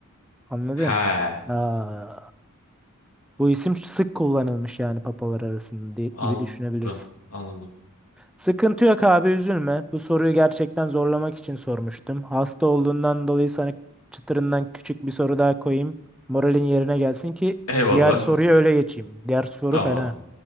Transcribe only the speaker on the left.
He.
Anladım.
Anladım.
Eyvallah.
Tamam.